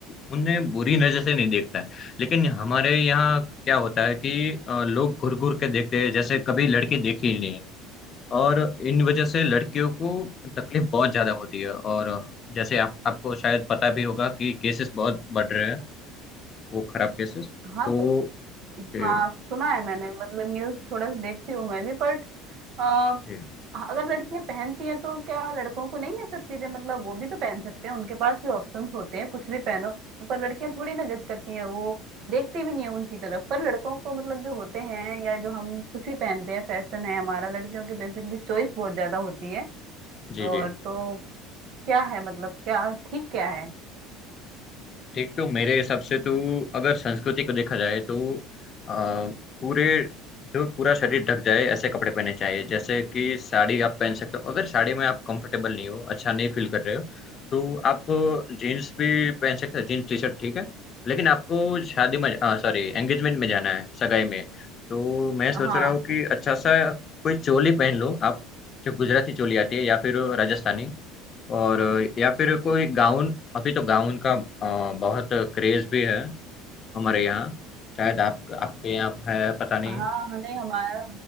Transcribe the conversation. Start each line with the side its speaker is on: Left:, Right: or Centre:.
Left: उन्हें बुरी नजर से नहीं देखता है लेकिन हमारे यहाँ क्या होता है कि अ, लोग घूर घूर के देखते हैं जैसे कभी लड़की देखी ही नहीं है। और इन वजह से लड़कियों को तकलीफ बहुत ज्यादा होती है और जैसे आप आपको शायद पता भी होगा कि केसेस बहुत बढ़ रहे हैं वो खराब केसेस
Right: हाँ
Left: तो
Right: तो
Left: जी
Right: हाँ सुना है मैंने मतलब न्यूज थोड़ा सा देखती हूँ मैं भी बट हाँ,
Left: जी
Right: अगर लड़कियां पहनती हैं तो क्या लड़कों को नहीं है सब चीजें मतलब वो भी तो पहन सकते हैं उनके पास भी ऑप्शंस होते हैं कुछ भी पहनो पर लड़कियां थोड़ी ना जज करती हैं वो देखती भी नहीं है उनकी तरफ पर लड़कों को मतलब जो होते हैं या जो हम कुछ भी पहनते हैं फैशन है हमारा लड़कियों की बेसिकली चॉइस बहुत ज्यादा होती है
Left: जी
Right: और
Left: जी
Right: तो क्या है मतलब क्या ठीक क्या है
Left: ठीक तो मेरे हिसाब से तू अगर संस्कृति को देखा जाए तो आ, पूरे जो पूरा शरीर ढक जाए ऐसे कपड़े पहने चाहिए जैसे कि साड़ी आप पहन सकते हो अगर साड़ी में आप कंफर्टेबल नहीं हो अच्छा नहीं फील कर रहे हो तो आप जीन्स भी पहन सकते हो जीन्स टी शर्ट ठीक है लेकिन आपको शादी में सॉरी एंगेजमेंट में जाना है सगाई में तो मैं सोच
Right: हाँ
Left: रहा हूँ कि अच्छा सा कोई चोली पहन लो आप जो गुजराती चोली आती है या फिर राजस्थानी और या फिर कोई गाउन अभी तो गाउन का अ, बहुत क्रेज भी है हमारे यहाँ शायद आप आपके यहाँ है पता नहीं
Right: हाँ हाँ, नहीं हमारा